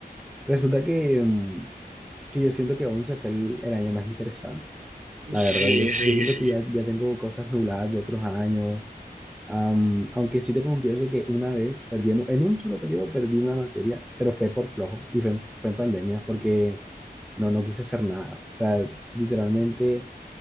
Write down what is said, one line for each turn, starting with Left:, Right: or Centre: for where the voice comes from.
Centre: Resulta que, mm, que yo siento que 11 fue el, el año más interesante, la verdad.
Right: Sí,
Centre: Yo,
Right: sí,
Centre: yo siento
Right: sí.
Centre: que ya, ya tengo cosas nubladas de otros años, am, aunque sí te confieso que una vez perdí, en, en un solo periodo perdí una materia, pero fue por flojo y fue, en- fue en pandemia porque no, no quise hacer nada. O sea, literalmente...